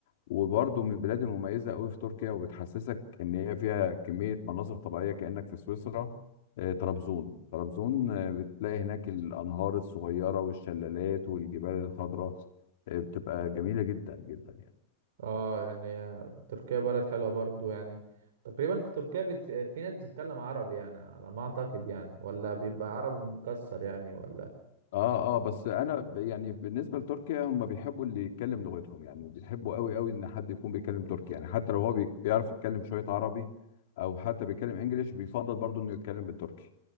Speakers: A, on the left; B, on the right.
A: وبرضو من البلاد المميزة أوي في تركيا وبتحسسك إن هي فيها كمية مناظر طبيعية كأنك في سويسرا آه، طرابزون طرابزون آه، بتلاقي هناك الأنهار الصغيرة والشلالات والجبال الخضراء آه، بتبقى جميلة جدا جدا يعني
B: اه يعني آه، تركيا بلد حلوة برضو يعني تقريبا في تركيا بت... في ناس بتتكلم عربي يعني على ما اعتقد يعني ولا بيبقى عربي مكسر يعني ولا
A: اه اه بس انا ب- يعني بالنسبه لتركيا هم بيحبوا اللي يتكلم لغتهم يعني بيحبوا قوي قوي ان حد يكون بيتكلم تركي يعني حتى لو هو بي- بيعرف يتكلم شويه عربي او حتى بيتكلم انجليش بيفضل برضه انه يتكلم بالتركي